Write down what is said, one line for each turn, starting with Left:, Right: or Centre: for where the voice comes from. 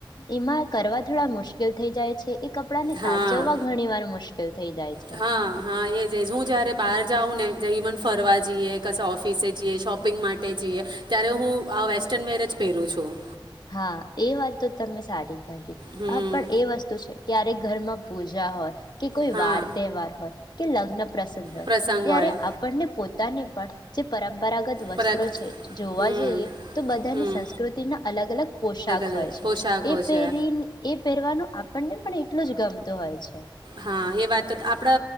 Left: એમાં કરવા થોડા મુશ્કેલ થઈ જાય છે એક કપડા ને સાચવવા
Right: હા
Left: ઘણી વાર મુશ્કેલ થઈ જાય છે.
Right: હા હા એ જ એ જ હું જ્યારે બહાર જાઉં ને જે ઇમન ફરવા જઈએ કશે ઓફિસે જઈએ શોપિંગ માટે જઈએ ત્યારે હું આ વેસ્ટર્ન વર જ પહેરું છું.
Left: હા એ વાત તો તમે સારી કરી <unintelligible>
Right: હમ
Left: પણ એ વસ્તુ છે ક્યારેક ઘરમાં પૂજા હોય કે કોઈ
Right: હા
Left: વાર તહેવાર હોય કે લગ પ્રસ હોય
Right: પ્રસંગ
Left: ત્યારે
Right: હોય
Left: આપણને પો પોતાને પણ જે પરપરા પરંપરાગત વસ્ત્રો
Right: પ્રક
Left: છે જોવા
Right: હમ
Left: જઈએ તો બધાની
Right: હમ
Left: સંસ્કૃતિના અલગ અલગ પોશાક
Right: અલગ
Left: હોય છે
Right: પોશાકો
Left: એ પેરી
Right: છે
Left: એ પહેરવાનું આપણને પણ એટલું જ ગમતું હોય છે
Right: હા એ વાત તો આપણા